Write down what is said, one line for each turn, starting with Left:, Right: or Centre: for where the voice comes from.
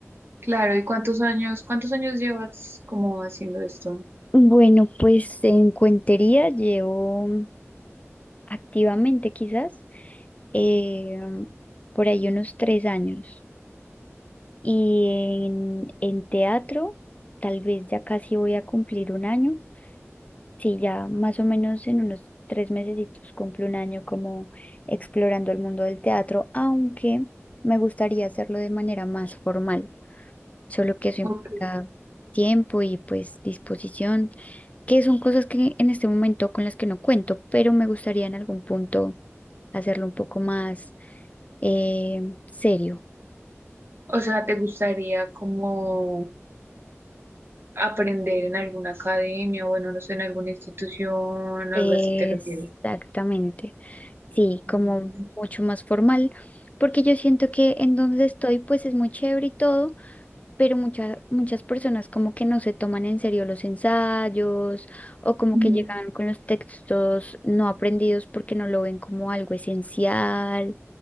Right: Claro, ¿y cuántos años, cuántos años llevas como haciendo esto?
Left: Bueno, pues en cuentería llevo activamente quizás. eh, por ahí unos tres años. Y en, en teatro, tal vez ya casi voy a cumplir un año. Sí, ya más o menos en unos tres mesecitos cumplo un año como explorando el mundo del teatro, aunque me gustaría hacerlo de manera más formal, solo que eso
Right: Ok.
Left: implica tiempo y pues disposición, que son cosas que en este momento con las que no cuento, pero me gustaría en algún punto hacerlo un poco más eh, serio.
Right: O sea, ¿te gustaría como aprender en alguna academia, bueno, no sé, en alguna institución,
Left: Exactamente.
Right: algo así te refieres?
Left: Sí,
Right: Mm.
Left: como mucho más formal, porque yo siento que en donde estoy pues es muy chévere y todo, pero muchas muchas personas como que no se toman en serio los ensayos o como
Right: Mm,
Left: que llegan con los textos no aprendidos porque no lo ven como algo esencial.